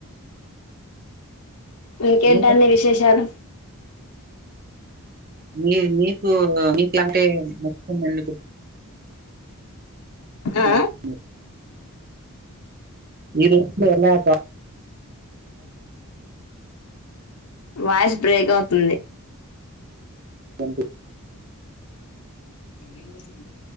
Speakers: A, on the left (about 80°); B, on the right (about 40°).
A: ఇంకేంటండి
B: మీకు
A: విశేషాలు
B: మీ మీకు మీకులాంటే మెచ్చుకున్నందుకు
A: ఆ
B: నాన్ కోసమే మీరు ఎలా బా
A: వాయిస్ బ్రేక్ అవుతుంది
B: ట్వంటీ
A: ఏ వసందు